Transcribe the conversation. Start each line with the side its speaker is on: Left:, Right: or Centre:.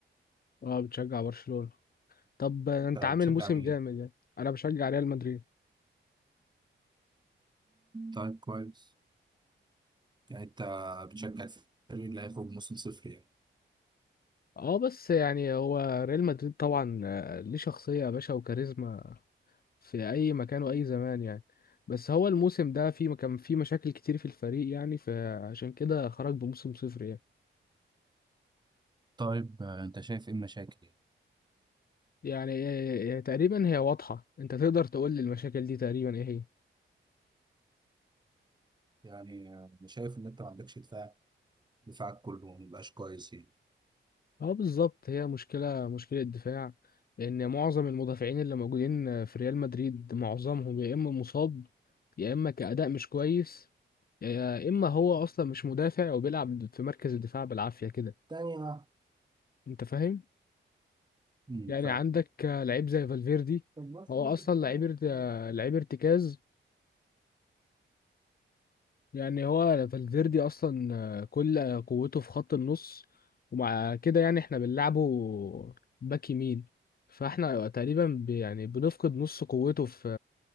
Left: اه بتشجع برشلونة طب انت
Right: انت
Left: عامل
Right: بتشجع
Left: موسم
Right: مين
Left: جامد يعني انا بشجع ريال مدريد
Right: طيب كويس يعني انت بتشجع الفريق اللي هيخرج موسم صفر يعني
Left: اه بس يعني هو ريال مدريد طبعا آه، ليه شخصية يا باشا وكاريزما في اي مكان واي زمان يعني بس هو الموسم ده في كان في مشاكل كتير في الفريق يعني فعشان كده خرج بموسم صفر يعني
Right: طيب آه انت شايف ايه المشاكل يعني
Left: يعني إيه- إيه- تقريبا هي واضحة انت تقدر تقول لي المشاكل دي تقريبا ايه هي
Right: يعني آه، انا شايف ان انت ما عندكش دفاع دفاعك كله ما بقاش كويس يعني
Left: اه بالظبط هي مشكلة مشكلة دفاع ان معظم المدافعين اللي موجودين في ريال مدريد معظمهم يا اما مصاب يا اما كأداء مش كويس يا اما هو اصلا مش مدافع وبيلعب في مركز الدفاع بالعافية كده
Right: ثانية واحدة
Left: انت فاهم
Right: امم
Left: يعني
Right: فاهم
Left: عندك لعيب زي فالفيردي
Right: طب بص
Left: هو
Right: مين
Left: اصلا
Right: اللي بيتكلم
Left: لعيب ارت-
Right: في الدوري السنة دي؟
Left: لعيب ارتكاز يعني هو فالفيردي اصلا آه، كل قوته في خط النص ومع كده يعني احنا بنلعبه باك يمين فاحنا تقريبا ب- يعني بنفقد نص قوته في